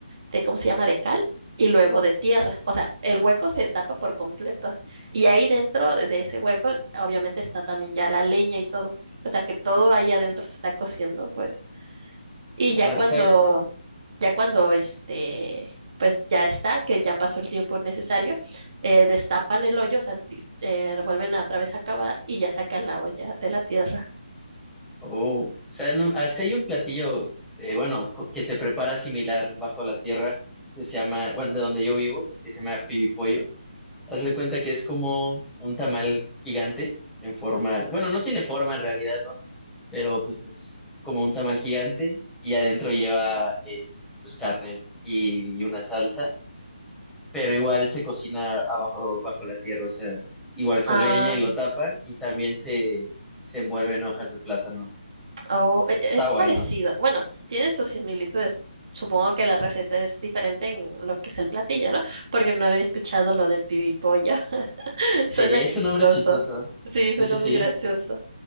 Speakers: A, on the right (about 45°); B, in the centre.
A: de, ¿cómo se llama?, de cal y luego de tierra. O sea, el hueco se tapa por completo. Y ahí dentro de ese hueco, obviamente está también ya la leña y todo. O sea, que todo ahí adentro se está cociendo, pues. Y ya
B: Ah,
A: cuando,
B: ¿sabe?
A: ya cuando este, pues ya está, que ya pasó el tiempo necesario, eh, destapan el hoyo, o sea, ti- eh, vuelven a otra vez a cavar y ya sacan la olla de la tierra.
B: Oh. ¿Saben un- ah, sí hay un platillo, eh, bueno, co- que se prepara similar bajo la tierra, que se llama, bueno, de donde yo vivo, que se llama pibipollo. Hazle cuenta que es como un tamal gigante en forma, bueno, no tiene forma en realidad, pero pues es como un tamal gigante y adentro lleva eh, pues carne y una salsa, pero igual se cocina abajo, bajo la tierra, o sea, igual con
A: Ah,
B: leña y lo tapan y también se, se envuelve en hojas de plátano.
A: oh, e- e-
B: Está
A: es
B: bueno.
A: parecido. Bueno, tienen sus similitudes. Supongo que la receta es diferente en lo que es el platillo, ¿no? Porque no había escuchado lo de pibipolla. <laughs>
B: Sí,
A: Suena
B: es
A: chistoso.
B: un nombre chistoso.
A: Sí, suena
B: Sí, sí, sí.
A: muy gracioso.